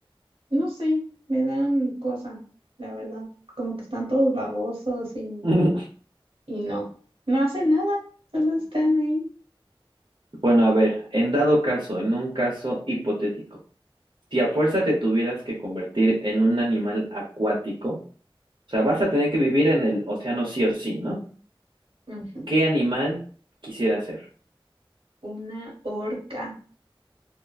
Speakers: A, on the right; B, on the right.
A: no sé, me dan cosa, la verdad, como que están todos babosos y,
B: <laughs>
A: y no, no hacen nada, solo están ahí.
B: Bueno, a ver, en dado caso, en un caso hipotético, si a fuerza te tuvieras que convertir en un animal acuático, o sea, vas a tener que vivir en el océano sí o sí, ¿no?
A: Ujú.
B: ¿Qué animal quisieras ser?
A: Una orca